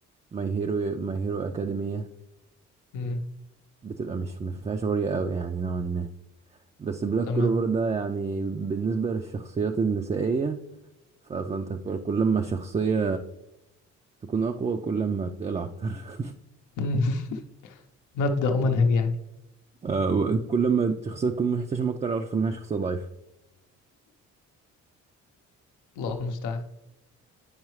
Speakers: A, on the right; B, on the left.
A: ماي هيرو ماي هيرو أكاديمية
B: مم.
A: بتبقى مش مفيهاش عورية أوي يعني نوعا ما بس بلاك
B: تمام
A: كلوفر ده يعني بالنسبة للشخصيات النسائية ف- فانت ك- كل ما الشخصية تكون أقوى كل ما بتقلع أكتر <laughs>
B: مم. <laughs> مبدأ ومنهج يعني
A: آه، و- كل ما الشخصية تكون محتشمة أكتر أعرف إنها شخصية ضعيفة
B: الله المستعان